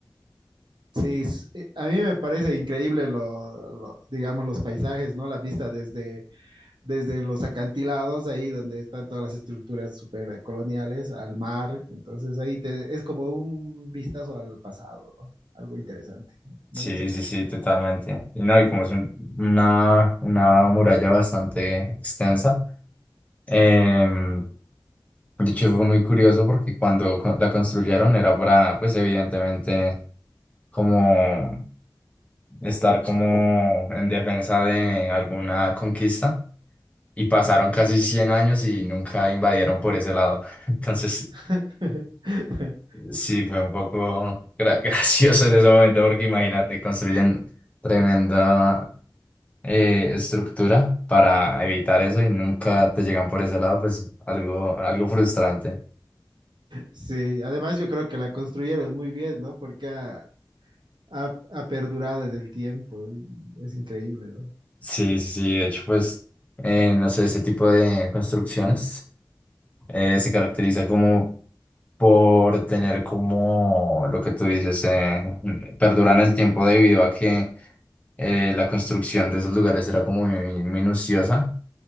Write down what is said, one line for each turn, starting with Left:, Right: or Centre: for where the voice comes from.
Right: Sí, es- eh, a mí me parece increíble lo, lo- digamos, los paisajes, ¿no? La vista desde desde los acantilados, ahí donde están todas las estructuras super coloniales, al mar. Entonces ahí te, es como un vistazo al pasado, ¿no? Algo interesante. Me
Left: Sí,
Right: gusta mucho.
Left: sí, sí, totalmente. Y no, y como es un- una, una muralla bastante extensa. Em, de hecho, fue muy curioso porque cuando co- la construyeron era para, pues evidentemente, como estar como en defensa de alguna conquista. Y pasaron casi 100 años y nunca invadieron por ese lado. <laughs> Entonces,
Right: <laughs>
Left: sí, fue un poco gra- <laughs> gracioso en ese momento porque imagínate, construyen tremenda eh, estructura para evitar eso y nunca te llegan por ese lado, pues algo, algo frustrante.
Right: Sí, además yo creo que la construyeron muy bien, ¿no? Porque ha, ha- ha perdurado en el tiempo. y Es increíble, ¿no?
Left: Sí, sí, sí, de hecho, pues, eh, no sé, ese tipo de construcciones eh, se caracteriza como por tener como lo que tú dices, eh, perduran el tiempo debido a que eh, la construcción de esos lugares era como muy minuciosa